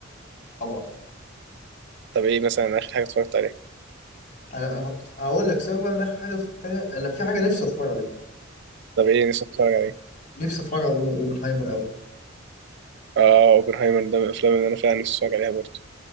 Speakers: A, on the left; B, on the right.
A: طبعا
B: طب ايه مثلا اخر حاجه اتفرجت عليها
A: انا ه- هقول لك سيبك بقى من اخر حاجه اتفرجت عليها انا في حاجه نفسي اتفرج عليها
B: طب ايه نفسك تتفرج عليه
A: نفسي اتفرج على أوبن- اوبنهايمر قوي
B: اه اوبنهايمر ده من الافلام اللي انا فعلا نفسي اتفرج عليها برضه